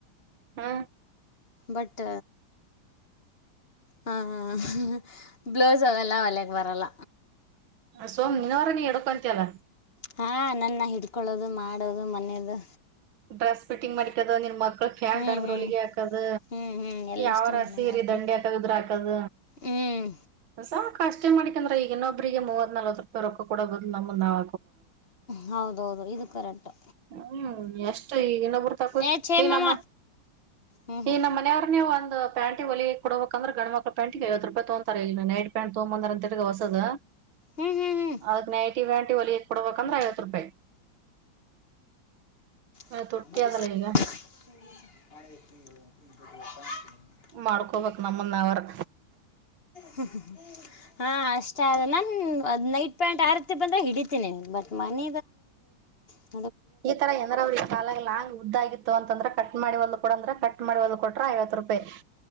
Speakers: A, on the right (about 75°); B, on the left (about 30°).
A: ಹಾ
B: ಬಟ್ ಹ್ಮ್ ಬ್ಲೌಸ್ ಅವೆಲ್ಲ ಒಲೆಕ್ ಬರಲ್ಲ
A: ಸೋಮ್ ನಿನ್ವರ ನೀ ಎಡಕೊಂತ ಅಲ್ಲ
B: ಹಾ ನನ್ನ ಹಿಡ್ಕೊಳ್ಳೋದು ಮಾಡೋದು ಮನೇದು
A: ಡ್ರೆಸ್ ಫಿಂಗ್ ಮಾಡಕದ ನಿ ಮ ಮಕ್ಕಳ ಫ್ಯಾನ್
B: ಹ್ಮ್
A: ರದರು
B: ಹ್ಮ್
A: ವಲಿಗೆ ಹಾಕದ
B: ಹ್ಮ್ ಹ್ಮ್ ಎಲ್ಲಷ್ಟು
A: ಯಾವರ
B: ನಾನೇ
A: ಸೀರೆ
B: ಮಾಡ್ಕೊಂಡು
A: ದಂಡಿ ಹಾಕದ್ರ ಹಾಕದ
B: ಹ್ಮ್
A: ಸ ಕಷ್ಟೇ ಮಾಡ್ಿಕಂದ್ರೆ ಈಗ ಇನ್ನೊಬ್ರಿಗೆ ಮೂವತ್ ನಲ್ವತ್ ರೂಪಾಯಿ ರೊಕ್ಕ ಕೊಡಬಹದು್ ನಮ್ಮನ್ಾವ
B: ಹೌದೌದು ಇದು ಕರೆಕ್ಟು
A: ಹ್ಮ್ ಎಷ್ಟು ಈ ಇನ್ನೊಬರು ತಾಕು
B: ಏ ಛೇ
A: ಈ
B: ಮಾಮ
A: ನಮ್ಮ
B: ಹ್ಮ್ ಹ್ಮ್
A: ಈ ನಮ್ಮ ಮನೆಯವಾರ್ ನೀವು ಒಂದು ಪ್ಯಾಂಿಗೆ ಹೊಲಿ ಕೊಡಬೇಕಂದ್ರೆ ಗಂಡ ಮಕ್ಳ ಪ್ಯಾಂ ಐವತ್ತು ರೂಪಾಯ ತೋಂತಾರೆ ಇಲ್ಲ ನೈಟ್ ಪ್ಯಾಟ್ ತಗೊಂಬಂದ ಅಂತಸ ದ
B: ಹ್ಮ್ ಹ್ಮ್ ಹ್ಮ್
A: ಅದಕ್ ನೈಟಿವ ನಟಿ ಒಲ ಕೊಡ್ಬೇಕಂದ್ರೆ ಐವತ್ತು ರೂಪಾಯಿ
B: ಹ
A: ತುಟ್ಟಿ ಅದಲ್ಲ ಈಗ ಮಾಡ್ಕೋಬೇಕು ನಮ್ಮನ್ನು ಅವರು
B: ಹ್ಮ ಹ್ಮ್ ಹಾ ಅಷ್ಟ ಆದ ನಾ ಅದ್ ನೈಟ್ ಪ್ಯಾಂಟ್ ಆರ್ತಿ ಬಂದ್ರೆ ಹಿಡಿತೀನಿ ಬಟ್ ಮನ ಅ
A: ಈ ತರ ಏನಾರ ಅವ್ರ ಈ ಕಾಲ ಲಾಂಗ್ ಉದ್ದಾಗಿತ್ತು ಅಂತಂದ್ರೆ ಕಟ್ ಮಾಡಿ ಒಂದು್ ಕೊೂಡ ಅಂದ್ರ ಕಟ್ ಮಾಡಿ ಒದ ಕೊಟ್ರ ಐವತ್ತು ರೂಪಾಯಿ